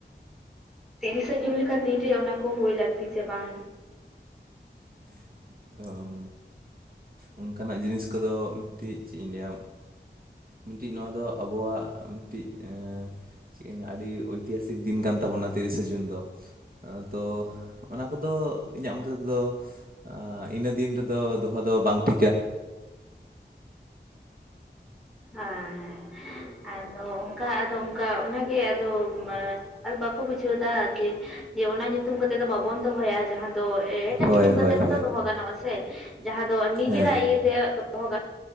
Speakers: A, in the centre; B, on the right (about 50°).
A: ᱛᱤᱨᱤᱥᱮ ᱡᱩᱱ ᱞᱮᱠᱟᱱ ᱫᱤᱱ ᱨᱮ ᱚᱱᱟ ᱠᱚ ᱦᱳ ᱞᱟᱹᱠᱛᱤ ᱥᱮ ᱵᱟᱝ?
B: <unintelligible> ᱚᱱᱠᱟᱱᱟᱜ ᱡᱤᱱᱤᱥ ᱠᱚᱫᱚ ᱢᱤᱫᱴᱤᱡ ᱪᱮᱫ ᱤᱧ ᱞᱟᱹᱭᱟ ᱢᱤᱫᱴᱤᱡ ᱱᱚᱣᱟ ᱫᱚ ᱟᱵᱚᱣᱟᱜ ᱢᱤᱫᱴᱤᱡ ᱮ ᱪᱮᱫ ᱤᱧ ᱞᱟᱹᱭᱟ ᱟᱹᱰᱤ ᱳᱭᱛᱤᱦᱟᱥᱤᱠ ᱫᱤᱱ ᱠᱟᱱ ᱛᱟᱵᱚᱱᱟ ᱛᱤᱨᱤᱥᱮ ᱡᱩᱱ ᱫᱚ ᱛᱚ ᱚᱱᱟ ᱠᱚᱫᱚ ᱤᱧᱟᱹᱜ ᱢᱚᱛᱮ ᱛᱮᱫᱚ ᱟᱻ ᱤᱱᱟᱹ ᱫᱤᱱ ᱨᱮᱫᱚ ᱫᱚᱦᱚ ᱫᱚ ᱵᱟᱝ ᱴᱷᱤᱠᱟ
A: ᱦᱮᱸ ᱦᱮᱸ ᱟᱫᱚ ᱚᱝᱠᱟ ᱟᱫᱚ ᱚᱝᱠᱟ ᱚᱱᱟᱜᱮ ᱟᱫᱚ ᱟ ᱵᱟᱠᱚ ᱵᱩᱡᱷᱟᱹᱣᱫᱟ ᱟᱨᱠᱤ ᱡᱮ ᱚᱱᱟ ᱧᱩ ᱧᱩᱛᱩᱢ ᱠᱟᱛᱮᱫ ᱫᱚ ᱵᱟᱵᱚᱱ ᱫᱚᱦᱚᱭᱟ ᱡᱟᱦᱟᱸ ᱫᱚ ᱮᱴᱟᱜ
B: ᱦᱳᱭ
A: ᱧᱩᱛᱩᱢ ᱠᱟᱛᱮ
B: ᱦᱳᱭ
A: ᱦᱚᱸᱛᱚ
B: ᱦᱳᱭ
A: ᱫᱚᱦᱚ ᱜᱟᱱᱚᱜᱼᱟ ᱥᱮ᱾ ᱡᱟᱦᱟᱸ ᱫᱚ ᱱᱤᱡᱮᱨᱟᱜ
B: ᱦᱮᱸ
A: ᱤᱭᱟᱹᱛᱮ ᱫᱚᱦᱚ ᱜᱟᱱᱚᱜᱟ